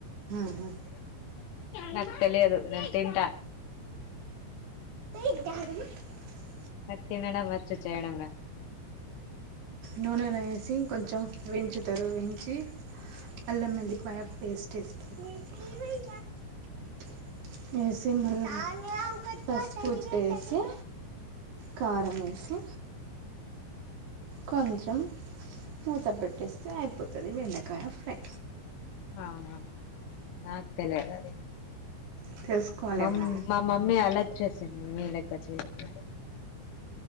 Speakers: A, on the right (about 55°); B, on the left (about 70°).
A: ఉహు
B: నాకు తెలియదు నేను తింట
A: <unintelligible>
B: నాకు తినడం వచ్చు, చేయడం రాదు.
A: నూనెలొ యేసి కొంచెం వేయించుతారు వేయించి అల్లం వెల్లిపాయ పేస్ట్ <unintelligible> వేసి మల్ల <unintelligible> కారం వేసి కొంచెం మూత పెట్టేస్తె అయిపోతది బెండకాయ ఫ్రై.
B: అవున నక్ తెలియదు ఆది
A: తెలుసుకోవాలమ్మా
B: మమ్ మా మమ్మి అలాగ్ చేసింది. మీ లెక్క చేయదు మరి,